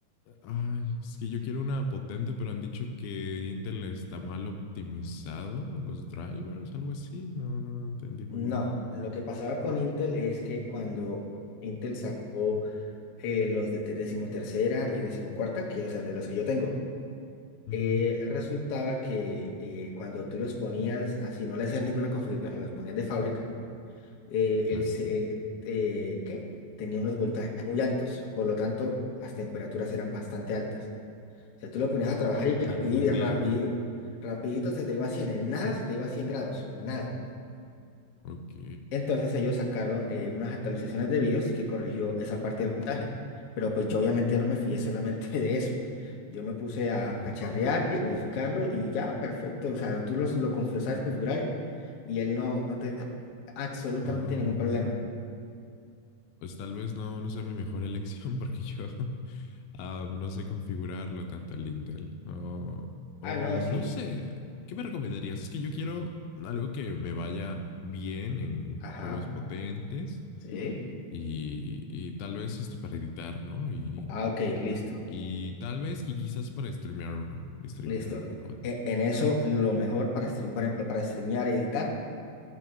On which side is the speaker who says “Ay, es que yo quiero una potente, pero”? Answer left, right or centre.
Left